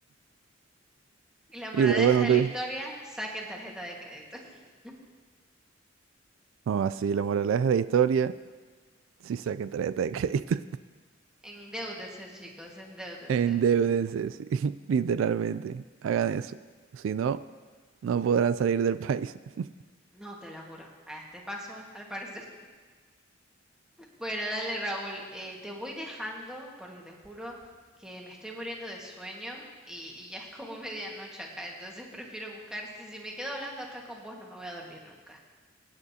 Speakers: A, in the centre; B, on the right (about 80°).
A: Y la moraleja
B: Y luego no
A: de
B: te...
A: la historia, saquen tarjeta de crédito. <laughs>
B: O así, la moraleja de la historia, sí saquen tarjeta de crédito.
A: Endeúdense, chicos, endeúdense.
B: <laughs> Endeúdense, sí, <laughs> literalmente. Hagan eso. Si no, no podrán salir del país. <laughs>
A: No te lo juro. A este paso, al parecer. Bueno, dale Raúl, eh, te voy dejando porque te juro que me estoy muriendo de sueño y, y ya es como <laughs> medianoche acá, entonces prefiero buscar, si, si me quedo hablando acá con vos no me voy a dormir nunca.